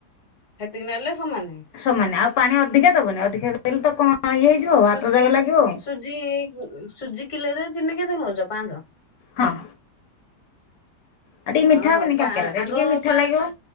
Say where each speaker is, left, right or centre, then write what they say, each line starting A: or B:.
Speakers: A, on the left (about 50°); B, on the left (about 90°).
A: ହେତିକି ନେଲେ ସମାନେ?
B: ସମାନ ଆଉ ପାଣି ଅଧିକା ଦବନି ଅଧିକା ଦେଲେ ତ କଣ ଇଏ ହେଇଯିବ ଆଉ
A: ସୁଜି
B: ହାତ ଯାକ ଲାଗିବ ଆଉ
A: ସୁଜି ସୁଜି କିଲୋରେ ଚିନି କେତେ ନୋଉଚ ପାଞ୍ଚସହ?
B: ହଁ। ଆଉ ଟିକେ
A: ହଁ
B: ମିଠା ହବନି
A: ପା
B: କାକରାରେ
A: ଆଗ
B: ଟିକେ ମିଠା
A: ପାଣି
B: ଲାଗିବ।